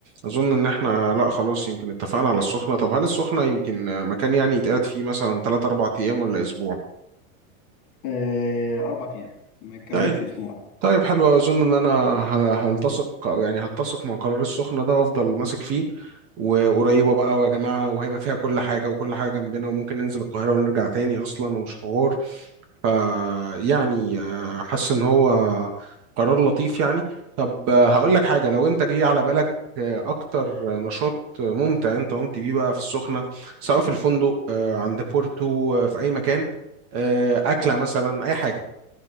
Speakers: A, on the right (about 35°); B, on the left (about 40°).
A: أظن إن إحنا لأ خلاص يمكن اتفقنا على السخنة طب هل السخنة يمكن آه، مكان يعني يتقعد فيه مثلا تلات أربع أيام ولا أسبوع؟
B: آه، اربع ايام ما نكملش
A: طيب
B: اسبوع
A: طيب حلو اظن ان انا ه- هلتصق او يعني هتسق مع قرار السخنه ده وافضل ماسك فيه وقريبه بقى ويا جماعه وهيبقى فيها كل حاجه وكل حاجه جنبنا وممكن ننزل القاهره ونرجع تاني اصلا ومش حوار ف يعني آه، حاسس ان هو قرار لطيف يعني طب آه، هقول لك حاجه لو انت جه على بالك آه، اكتر نشاط ممتع انت قمت بيه بقى في السخنه سواء في الفندق آه، عند بورتو آه، في اي مكان آه، اكله مثلا اي حاجه